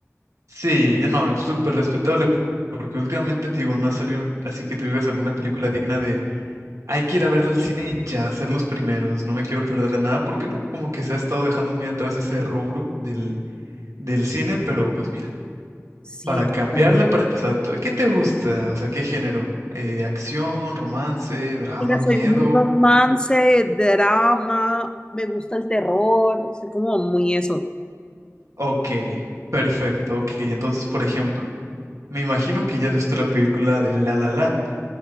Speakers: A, on the right; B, on the left.
A: Sí, no, es súper respetable, porque últimamente te digo, no ha salido, así que tú digas alguna película digna Hay que ir a verla al cine y ya ser los primeros. No me quiero perder de nada porque no, como que se ha estado dejando muy atrás ese rubro del, del cine, pero pues mira,
B: Sí,
A: para cambiarle,
B: total.
A: para empezar, ¿tú- ¿qué te gusta? O sea, ¿qué género? Eh, acción, romance, drama,
B: Mira,
A: miedo.
B: soy muy romance, drama, me gusta el terror, soy como muy eso.
A: Ok, perfecto, ok. Entonces, por ejemplo, me imagino que ya has visto la película de La La Land.